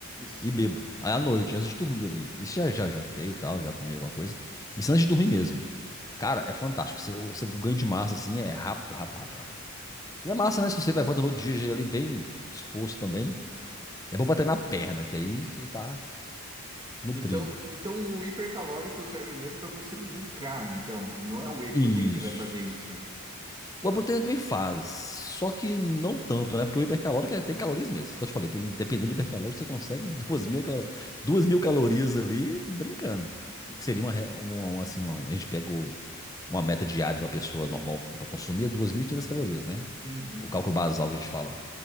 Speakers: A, on the right (about 20°); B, on the left (about 15°).
A: sim.
B: E bebo. Aí à noite, antes de dormir ali. Isso já, já jantei e tal, já comi alguma coisa. Isso antes de dormir mesmo. Cara, é fantástico. Você, você o ganho de massa, assim, é rápido, rápido, rápido, rápido. E é massa, né? Se você levanta no outro dia já é ali bem disposto também. É bom bater na perna, que aí você tá nutrido.
A: Então, então o hipercalórico serve mesmo para você bulkar, então. Não é o whey protein
B: Isso.
A: que vai fazer isso.
B: O Aburetana também faz, só que não tanto, né? Porque o hipercalórico é- tem calorias mesmo. Como eu te falei, tem, dependendo do hipercalórico, você consegue duas mil, cal- duas mil calorias ali brincando.
A: Entendi.
B: Que seria uma, re- um- um, assim, um- a gente pega o- uma meta diária de uma pessoa normal para consumir é 2.500 calorias, né?
A: Uhum.
B: O cálculo basal que a gente fala,